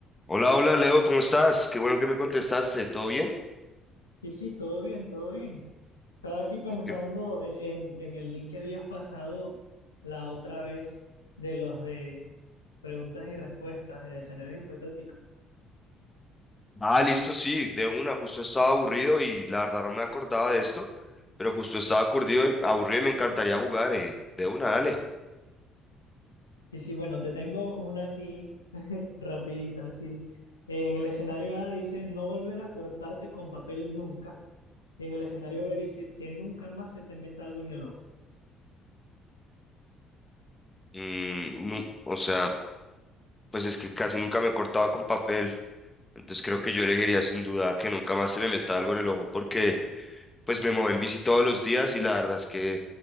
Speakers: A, on the left (about 20°); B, on the left (about 80°).
A: Hola, hola Leo, ¿cómo estás? Qué bueno que me contestaste, ¿todo bien?
B: Sí, sí, todo bien, todo bien. Estaba aquí pensando
A: Ok.
B: en, en, en el link que habías pasado la otra vez de los de preguntas y respuestas de escenarios hipotéticos.
A: Ah, listo, sí, de una, justo estaba aburrido y la verdad no me acordaba de esto, pero justo estaba aburrido y, aburrido y me encantaría jugar, eh, de una, dale.
B: Sí, sí, bueno, te tengo una aquí <laughs> rapidita, sí. En el escenario A dice no volver a cortarte con papel nunca. Y en el escenario B dice que nunca más se te meta algo en el ojo.
A: Mm, nu- o sea, pues es que casi nunca me he cortado con papel, entonces creo que yo elegiría sin duda que nunca más se me meta algo en el ojo porque pues me muevo en bici todos los días y la verdad es que